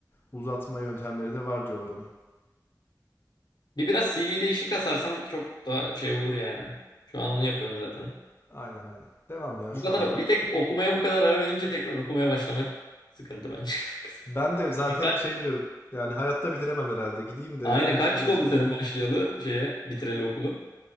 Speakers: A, on the left; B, on the left.
A: uzatma yöntemleri de var diyorlar onu.
B: Bir biraz CV değişik kasarsan çok daha şey olur yani. Şu an onu yapıyorsun zaten.
A: Aynen aynen. Devam ya
B: Bu
A: şu
B: kadar
A: anda
B: bir tek okumaya bu kadar ara verince tekrar okumaya başlamak sıkıntı bence.
A: Ben
B: <laughs>
A: de zaten
B: Sen kaç-
A: şey diyorum. Yani hayatta bitiremem herhalde. Gideyim de
B: Aynen
A: hemen iş
B: kaç
A: bulmaya
B: yıl oldu
A: çalışayım.
B: senin başlayalı şeye bitireli okulu?